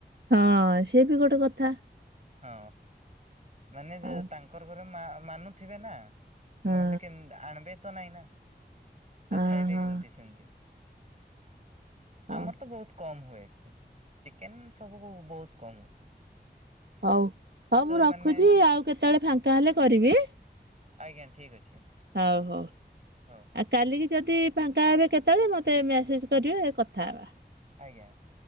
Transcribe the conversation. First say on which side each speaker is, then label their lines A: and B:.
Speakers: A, on the right; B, on the right.
A: ହଁ ସେ ବି ଗୋଟେ କଥା।
B: ହଁ ମାନେ
A: ହଉ
B: ତାଙ୍କର ଘରେ ମା ମାନୁଥିବେ ନା
A: ହଁ
B: ନହେଲେ କେମତି ଆଣିବେ ତ ନାଇଁ ନା
A: ହଁ
B: ଆଉ ଖାଇବେ
A: ହଁ
B: କେମିତି ସେମିତି।
A: ହଉ
B: ଆମର ତ ବହୁତ କମ ହୁଏଏଠି ଚିକେନ ସବୁକୁ ବହୁତ କମହୁ
A: ହଉ ହଉ ମୁଁ ରଖୁଚି
B: ମାନେ
A: ଆଉ କେତେବେଳେ ଫାଙ୍କା ହେଲେ କରିବି।
B: ଆଜ୍ଞା ଠିକ୍ ଅଛି।
A: ହଉ ହଉ
B: ହଉ
A: ଆ କାଲିକି ଯଦି ଫାଙ୍କା ହେବେ କେତେବେଳେ ମତେ ମେସେଜ କରିବେ କଥା ହେବା।
B: ଆଜ୍ଞା